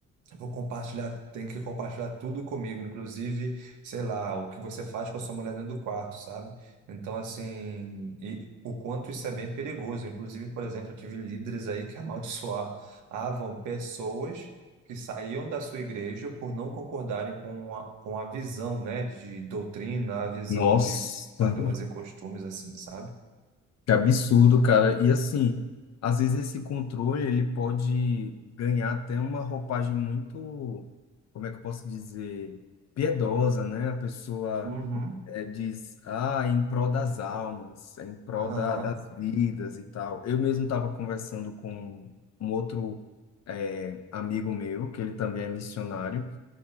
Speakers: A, on the right; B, on the left.
A: Vou compartilhar, tem que compartilhar tudo comigo, inclusive, sei lá, o que você faz com a sua mulher dentro do quarto, sabe? Então, assim, e o quanto isso é bem perigoso. Inclusive, por exemplo, eu tive líderes aí que amaldiçoavam pessoas que saíam da sua igreja por não concordarem com a, com a visão, né, de doutrina, a visão
B: Nossa,
A: de dogmas e costumes, assim, sabe?
B: que absurdo, cara. E assim, às vezes esse controle ele pode ganhar até uma roupagem muito, como é que eu posso dizer, piedosa, né? A pessoa
A: Uhum,
B: é, diz, ah, é em prol das almas, é em prol
A: aham,
B: da, das vidas e tal. Eu mesmo estava conversando com um outro é, amigo meu, que ele também é missionário.